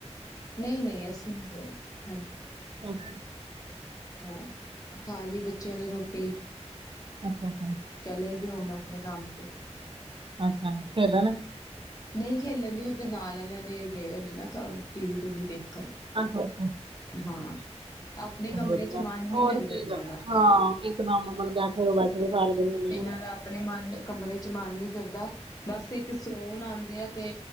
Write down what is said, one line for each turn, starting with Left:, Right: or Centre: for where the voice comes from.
Left: ਨਹੀਂ ਨਹੀਂ ਅਸੀਂ ਨਹੀਂ ਗਏ
Right: ਅੱਛਾ
Left: ਹਮ, ਖਾ ਲਈ ਬੱਚਿਆਂ ਨੇ ਰੋਟੀ
Right: <unintelligible>
Left: ਚਲੇ ਗਏ ਹੁਣ ਆਪਣੇ ਕੰਮ ਤੇ
Right: ਅੱਛਾ, ਖੇਲਣ
Left: ਨਹੀਂ ਖੇਲਣ ਨਹੀਂ ਉਹਦੇ ਨਾਲ ਵਾਲਿਆਂ ਦੇ ਗਏ ਹੋਏ ਨਾ ਘਰ ਟੀ ਵੀ ਟੂਵੀ ਦੇਖਣ
Right: ਆਹੋ
Left: ਹਾਂ ਆਪਣੇ
Right: ਚਲੋ
Left: ਕਮਰੇ
Right: ਵਧੀਆ,
Left: ਚ ਮਨ ਨੀ
Right: ਹੋਰ
Left: ਲੱਗਦਾ
Right: ਕੀ
Left: ਇਹਨਾਂ
Right: ਕਰਨਾ,
Left: ਦਾ
Right: ਹਾਂ ਇਕ ਦਮ ਬੈਠੇ ਰਹੋ ਬੈਠੇ ਰਹੋ ਸਾਰਾ ਦਿਨ ਵਿਹ
Left: ਇਹਨਾਂ ਦਾ ਆਪਣੇ ਮਨ ਕਮਰੇ 'ਚ ਮਨ ਨੀ ਕਰਦਾ। ਬਸ ਇੱਕ ਸੋਣ ਆਦੇ ਆ ਤੇ,